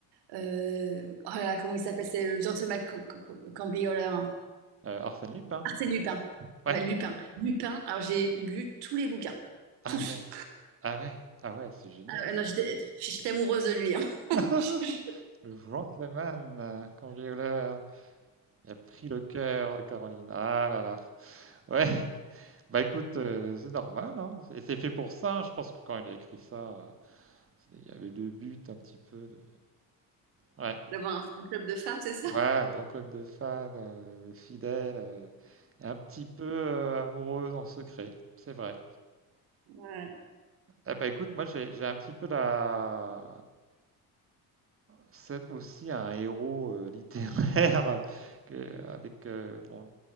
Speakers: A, on the right; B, on the right.
A: euh, oh là là, comment il s'appelle? C'est le gentleman cam- cam- cambrioleur.
B: Euh, Arsène Lupin.
A: Arsène Lupin.
B: Ouais.
A: Ouais, Lupin. Lupin. Alors, j'ai lu tous les bouquins.
B: Ah
A: Tous.
B: ouais, ah ouais, ah ouais, c'est génial
A: Ah, ouais, non, j'étais
B: ça.
A: j'étais amoureuse de lui. hein. <laughs>
B: <laughs> Le gentleman euh, cambrioleur, il a pris le cœur de Caroline. Ah là là. Ouais, <laughs> bah écoute, euh, c'est normal. Hein. C'est c'est fait pour ça. Je pense que quand il a écrit ça, euh, c'est- il y avait le but un petit peu. De... Ouais,
A: D'avoir un fan club de femmes, c'est ça?
B: ouais, grand club de fans, euh, de fidèles, euh, et un petit peu euh, amoureuse en secret. C'est vrai.
A: Ouais.
B: Eh bah écoute, moi j'ai j'ai un petit peu la, c'est aussi un héros euh, <laughs> littéraire euh, que, avec, euh, on-